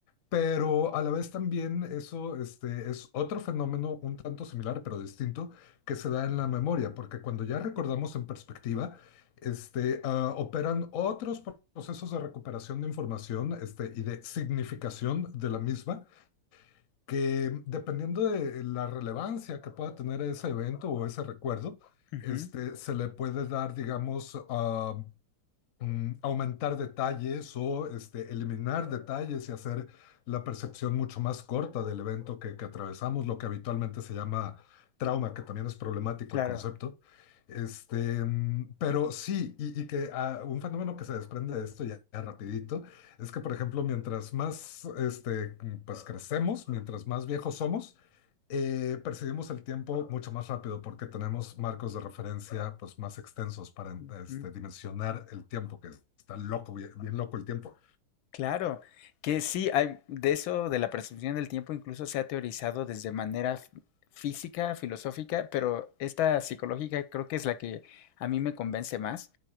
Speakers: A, on the left; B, on the left.
A: pero a la vez también eso este, es otro fenómeno un tanto similar pero distinto que se da en la memoria, porque cuando ya recordamos en perspectiva, este, ah, operan otros procesos de recuperación de información este, y de significación de la misma que dependiendo de la relevancia que pueda tener ese evento o ese recuerdo,
B: ujú,
A: este, se le puede dar, digamos, ah, mm, aumentar detalles o este, eliminar detalles y hacer la percepción mucho más corta del evento que, que atravesamos, lo que habitualmente se llama trauma, que también es problemático
B: claro.
A: el concepto. Este, mm, pero sí, y, y que ah, un fenómeno que se desprende de esto ya, ya rapidito es que, por ejemplo, mientras más este, mm, pues, crecemos, mientras más viejos somos, eh, percibimos el tiempo mucho más rápido porque tenemos marcos de referencia pues, más extensos para
B: Ujú.
A: este, dimensionar el tiempo, que está loco, bien, bien loco el tiempo.
B: Claro, que sí, hay, de eso, de la percepción del tiempo, incluso se ha teorizado desde manera f- física, filosófica, pero esta psicológica creo que es la que a mí me convence más.